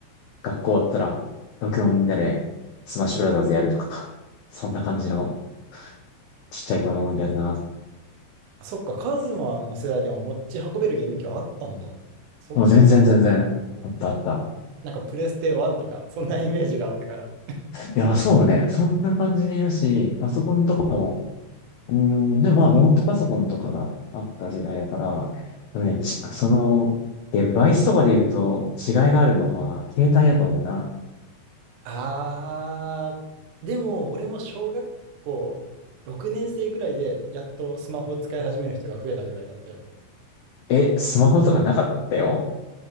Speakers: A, on the left; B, on the right.
A: 学校終わったら、64みんなでスマッシュブラザーズやるとか、そんな感じの
B: あ
A: ちっちゃい頃の思い出やな。
B: そっか、カズマの世代でも持ち運べるゲーム機はあったんだ。そっ
A: もう全然全然、あったあった。
B: えなんかプレステ1とか、そんなイメージがあったから。
A: いや、まあそうね。そんな感じでよし、パソコンとかもうん、でもまあ、ノートパソコンとかがあった時代だから、でもね、
B: うん。
A: ちその、デバイスとかで言うと違いがあるのは、携帯だと思うな。
B: あー、でも俺も小学校6年生ぐらいでやっとスマホを使い始める人が増えたぐらいだったよ。
A: え、スマホとかなかったよ